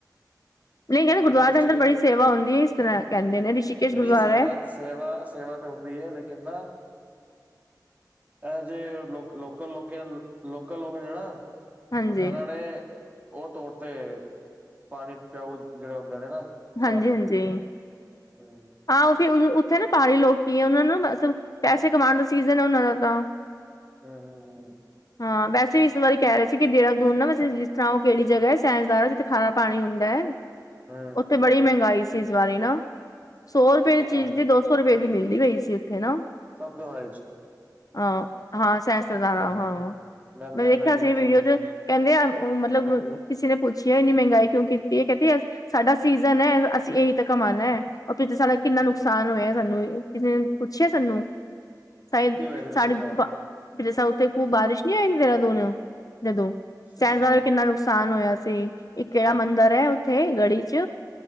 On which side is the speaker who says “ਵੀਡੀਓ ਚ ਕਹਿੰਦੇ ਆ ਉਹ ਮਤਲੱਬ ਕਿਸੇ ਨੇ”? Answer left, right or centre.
Left